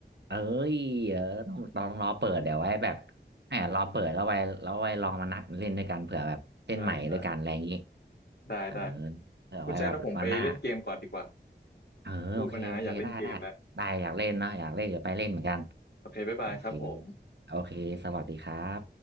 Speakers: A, on the right; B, on the left.
A: เอ้ยเออต้องต้องรอเปิดเดี๋ยวไว้แบบแหมรอเปิดแล้วไว้แล้วไว้ลองมานัดเล่นด้วยกันเผื่อแบบเล่นใหม่ด้วยกันอะไรอย่างนี้
B: ใช่ใช่ได้ได้
A: เออเผื่อไว้แบบวันหน้า
B: คุณแจ้งนะผมไปเล่นเกมก่อนดีกว่า
A: เออโอเคโอเคได้ได้ได้อยากเล่นเนาะอยากเล่นเดี๋ยวไปเล่นเหมือนกัน
B: พูดมานะอยากเล่นเกมแล้วโอเคบ๊ายบายครับผม
A: โอเคโอเค สวัสดีครับ